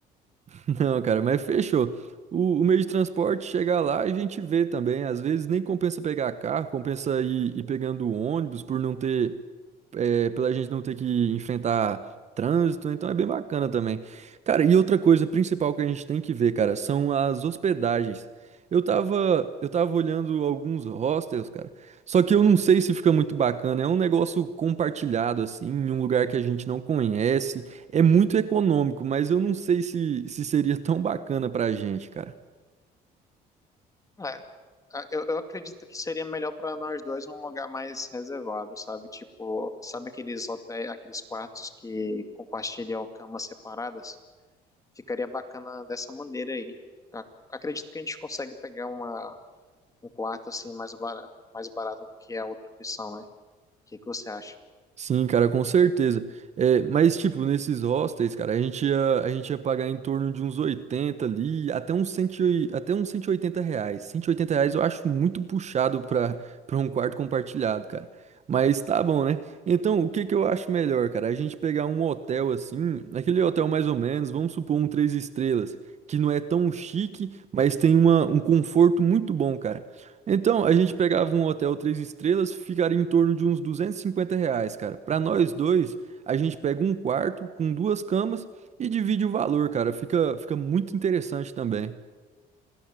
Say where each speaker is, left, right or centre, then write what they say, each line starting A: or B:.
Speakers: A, on the right; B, on the left.
A: Não, cara, mas fechou. O, o meio de transporte chegar lá e a gente vê também. Às vezes nem compensa pegar carro, compensa ir, ir pegando ônibus por não ter, é, pela gente não ter que enfrentar trânsito, então é bem bacana também. Cara, e outra coisa principal que a gente tem que ver, cara, são as hospedagens. Eu tava, eu tava olhando alguns hostels, cara. Só que eu não sei se fica muito bacana. É um negócio compartilhado, assim, em um lugar que a gente não conhece. É muito econômico, mas eu não sei se, se seria <laughs> tão bacana pra gente, cara.
B: É, a- eu, eu acredito que seria melhor para nós dois um lugar mais reservado, sabe? Tipo, sabe aqueles hotéis, aqueles quartos que compartilham camas separadas? Ficaria bacana dessa maneira aí. A- Acredito que a gente consegue pegar uma, um quarto assim mais barato, mais barato do que a outra opção, né? O que que você acha?
A: Sim, cara, com certeza. É, mas, tipo, nesses hostels, cara, a gente ia, a gente ia pagar em torno de uns 80 ali, até uns, 108 até uns 180 reais. 180 reais eu acho muito puxado pra, pra um quarto compartilhado, cara. Mas tá bom, né? Então, o que que eu acho melhor, cara? A gente pegar um hotel assim, aquele hotel mais ou menos, vamos supor um três estrelas, que não é tão chique, mas tem uma, um conforto muito bom, cara. Então, a gente pegava um hotel três estrelas, ficaria em torno de uns 250 reais, cara. Para nós dois, a gente pega um quarto com duas camas e divide o valor, cara. Fica, fica muito interessante também.